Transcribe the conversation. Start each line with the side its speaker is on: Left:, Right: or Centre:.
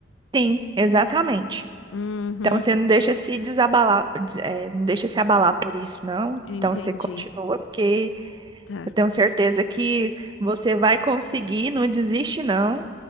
Right: Sim, exatamente.
Left: Uhum,
Right: Então você não deixa se desabalar, des- eh, não deixa se abalar por isso, não.
Left: eu entendi.
Right: Então você continua, porque
Left: Tá.
Right: eu tenho certeza que você vai conseguir, não desiste, não.